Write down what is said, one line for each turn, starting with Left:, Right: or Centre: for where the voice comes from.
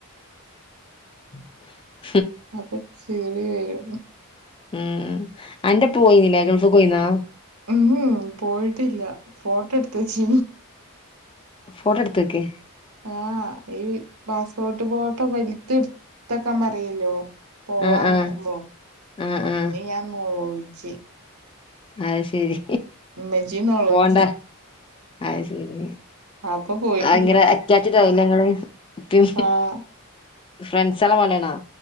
Left: <inaudible>
Right: അപ്പൊ ചിറി വരും
Left: ഉം അന്റെപ്പ പോയിന്നില്ലേ ഗൾഫ് പോയിന്നോ
Right: ഉം പോയിട്ടില്ല ഫോട്ടോ എടുത്ത വെച്ച
Left: ഫോട്ടോ എടുത്ത‌ക്കെ
Right: ആഹ് ഈ പാസ്പോർട്ട് ബോട്ടോ വലുത്തെ എടുത്തക്കാൻ പറയല്ലോ പോവാൻ
Left: ആഹ് ആഹ്
Right: നക്കുമ്പോ
Left: ആഹ്
Right: അന്ന്
Left: ആഹ്
Right: ഞാൻ നോളോൾച്
Left: അഹ ശരി
Right: ഉമ്മച്ചി നെലോളിച്ച്
Left: പോണ്ട അ ശരി
Right: അപ്പൊ പോയിട്ടില്ല
Left: അങ്ങനെ റ്റാച്ച്ടയോ ങ്ങള് പി
Right: ആഹ്
Left: ഫ്രണ്ട്സള പോലണോ